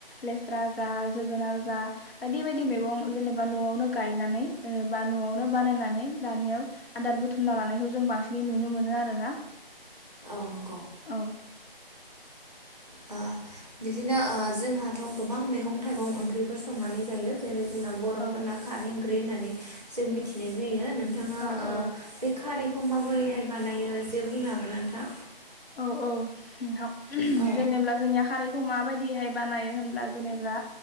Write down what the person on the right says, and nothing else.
औ नंगौ।
अ बिदिनो अ जोंहाथ' गोबां मैगं थाइगं ओंख्रिफोर संनानै जायो जेरै जोंना बर'फोरना
खारै ओंख्रि होननानै जों मिथिनाय जायो नोंथाङा
अ
बे खारैखौ माबोरैहाय बानायो एसे बुंनो हागोन नोंथां
औ